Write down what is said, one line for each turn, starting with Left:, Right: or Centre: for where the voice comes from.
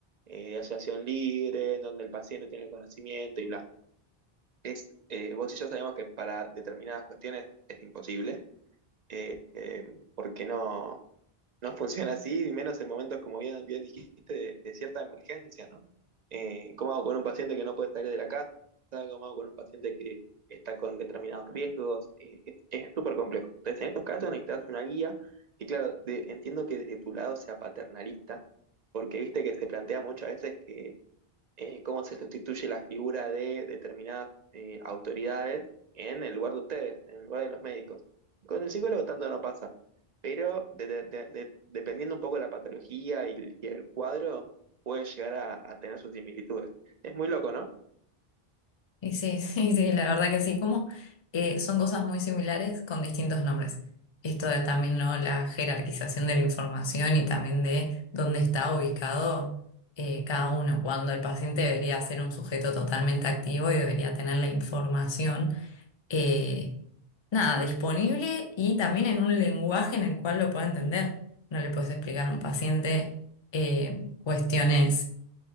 Right: eh, de asociación libre, en donde el paciente tiene el conocimiento y bla. Es, eh, vos y yo sabemos que para determinadas cuestiones es imposible, eh, eh, porque no, no funciona así, y menos en momentos, como bien, bien dijiste, de, de cierta emergencia, ¿no? Eh, ¿cómo hago con un paciente que no puede salir de la casa? ¿Cómo hago con un paciente que está con determinados riesgos? Eh, es es súper complejo. Entonces, en estos casos necesitas una guía, y claro, de- entiendo que desde tu lado sea paternalista, porque viste que se plantea muchas veces que eh, cómo se sustituye la figura de determinadas eh, autoridades en el lugar de ustedes, en el lugar de los médicos. Con el psicólogo tanto no pasa, pero de- de- de- de- dependiendo un poco de la patología y, y el cuadro, puede llegar a, a tener sus similitudes. Es muy loco, ¿no?
Left: Y sí, <laughs> sí, sí, la verdad que sí, como eh, son cosas muy similares con distintos nombres. Esto de también, ¿no? La jerarquización de la información y también de dónde está ubicado eh, cada uno, cuando el paciente debería ser un sujeto totalmente activo y debería tener la información. eh, nada, disponible y también en un lenguaje en el cual lo pueda entender. No le puedes explicar a un paciente eh, cuestiones